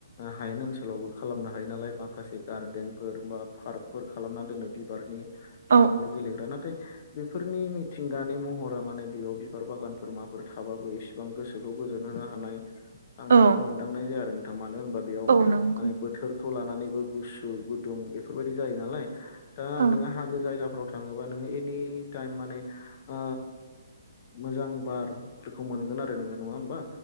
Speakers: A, on the left; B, on the right.
A: हायेन ओनसोलावबो खालामनो हायो नालाय माखासे गार्देनफोर बा पार्कफोर। खालामना दोनो बिबारनि
B: औ
A: गथ'फोर गेलेग्रा नाथाय बेफोरनि मिथिंगानि महरा माने बेयाव बिबार बागानफोर माबाफोर थाबाबो एसेबां गोसोखौ गोजोन हो <unintelligible> हानाय आं
B: औ
A: बेखौ मोनदांनाय जाया आरो नोंथां मानो होनबा बेयाव
B: औ नंगौ
A: बोथोरखौ ला नानैबो गुसु गुदुं बेफोरबादि जायो नालाय दा
B: औ
A: नोङो हाजो जायगाफोराव थाङोबा नोङो एनि टाइम मानो ओ मोजां बारखौ आरो नो नङा होमबा?